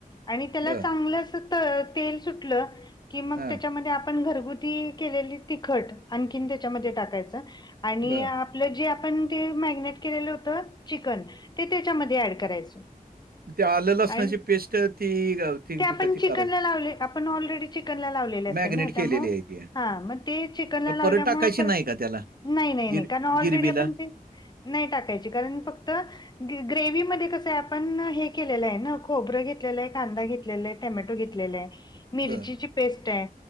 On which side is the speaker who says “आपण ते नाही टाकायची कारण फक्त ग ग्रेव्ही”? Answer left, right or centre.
Left